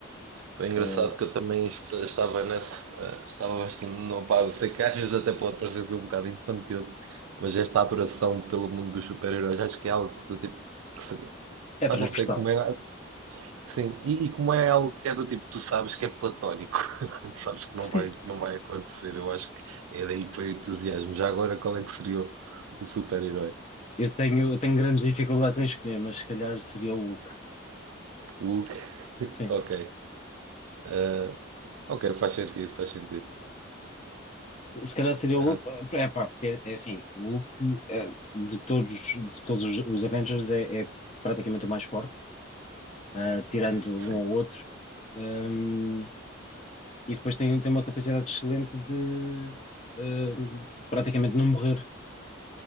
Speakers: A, on the right; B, on the left.
A: Foi engraçado
B: Ah,
A: que eu também est- estava nesse, eh, estava bastante, não, pá, eu sei que às vezes até pode parecer ser um bocado infantil, mas esta adoração pelo mundo dos super-heróis acho que é algo que, do tipo, que se,
B: é
A: pá,
B: transversal.
A: não sei como é, sim, e, e como é algo que é do tipo, tu sabes que é platónico, <laughs> sabes que não
B: Sim.
A: vai, não vai acontecer, eu acho que é daí que foi o entusiasmo. Já agora, qual é que seria o, o super-herói?
B: Eu tenho, eu tenho grandes dificuldades em escolher, mas se calhar seria o Hulk.
A: Hulk? <laughs>
B: Sim.
A: Ok, Eh, ok, faz sentido, faz sentido.
B: Se calhar seria
A: Eh,
B: o Hulk. eh, É pá, porque é, é assim, o Hulk eh, de todos, de todos os, os Avengers é, é praticamente o mais forte, ah, tirando
A: sim.
B: um ou outro. Ahm, e depois tem, tem uma capacidade excelente de ahm, praticamente não morrer.